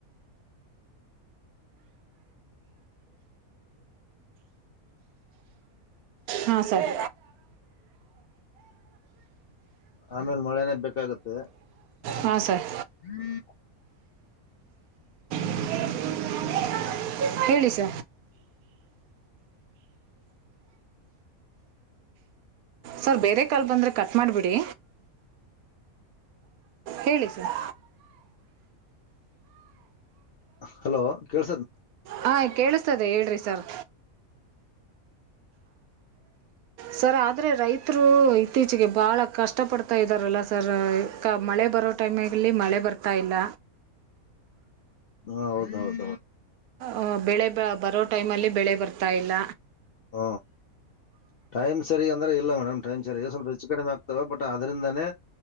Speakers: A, on the right (about 80°); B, on the left (about 65°).
A: ಹಾ ಸರ್
B: ಆಮೇಲ್ ಮಳೆನೇ ಬೇಕಾಗುತ್ತೆ
A: ಹಾ ಸರ್
B: <inaudible>
A: <unintelligible> ಹೇಳಿ ಸ ಸರ್ ಬೇರೆ ಕಾಲು ಬಂದ್ರೆ ಕಟ್ ಮಾಡಿಬಿಡಿ. ಹೇಳಿ ಸರ್
B: ಹಲೋ ಕೇಳ್ಸ
A: ಹಾಂ ಕೇಳಿಸ್ತದೆ ಹೇಳ್ರಿ ಸರ್ ಸರ್ ಆದ್ರೆ ರೈತರು ಇತ್ತೀಚೆಗೆ ಬಹಳ ಕಷ್ಟ ಪಡ್ತಾ ಇದ್ದಾರಲ್ಲ ಸರ್ ಕ ಮಳೆ ಬರೋ ಟೈಮ್ಮೆಲ್ಲಿ ಮಳೆ ಬರ್ತಾ ಇಲ್ಲ.
B: ಹ ಹೌದೌದೌದ
A: ಅ ಬೆಳೆ ಬರೋ ಟೈಮಲ್ಲಿ ಬೆಳೆ ಬರ್ತಾ ಇಲ್ಲ.
B: ಹ ಟೈಮ್ ಸರಿ ಅಂದ್ರೆ ಇಲ್ಲ ಮೇಡಮ್ ಟೈಮ್ ಸರಿ ಸ್ವಲ್ಪ ಹೆಚ್ಚು ಕಡಿಮೆ ಆಗ್ತವ ಬಟ್ ಅದ್ರಿಂದಾನೇ